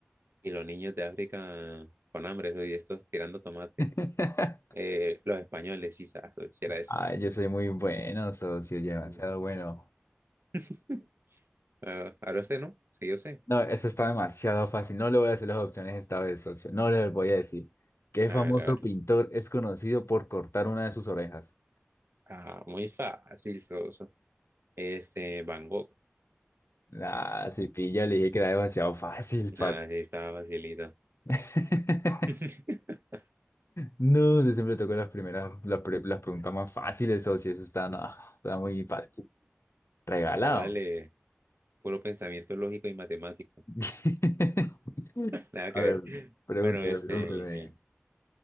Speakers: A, on the right (about 65°); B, on the left (about 85°).
A: y los niños de África con hambre, eso y estos tirando tomates.
B: <laughs>
A: Eh, los españoles, sí, saso, sí era eso.
B: Ay, yo soy muy bueno, socio. Demasiado
A: Mm.
B: bueno.
A: <laughs> Ah, ahora usted, ¿no? Sí, usted.
B: No, eso está demasiado fácil. No le voy a hacer las opciones esta vez, socio. No le voy a decir. ¿Qué
A: A
B: famoso
A: ver, a ver.
B: pintor es conocido por cortar una de sus orejas?
A: Ah, muy fácil, soso. Este, Van Gogh.
B: La si pilla, le dije que era demasiado fácil, par.
A: Nada, sí, estaba facilito.
B: <laughs>
A: <laughs>
B: No, yo siempre toco las primeras, las, pre- las preguntas más fáciles, socio. Eso está, no, está muy pa- regalado.
A: Vale, puro pensamiento lógico y matemático.
B: <laughs>
A: Nada que
B: A ver,
A: ver.
B: pregúntame,
A: Bueno, este.
B: pregúntame.